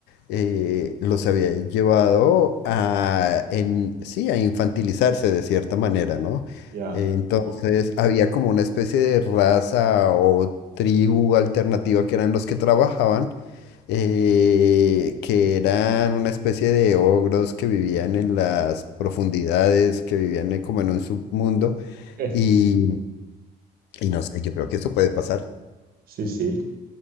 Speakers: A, on the left (about 85°); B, on the right (about 60°).
A: eh, los había llevado a, en, sí, a infantilizarse de cierta manera, ¿no?
B: Ya.
A: Eh, Entonces
B: Jo,
A: había como una especie de raza o tribu alternativa que eran los que trabajaban eh, que eran una especie de ogros que vivían en las profundidades, que vivían eh, como en un submundo.
B: eh,
A: Y, y no sé, yo creo que eso puede pasar.
B: Sí, sí.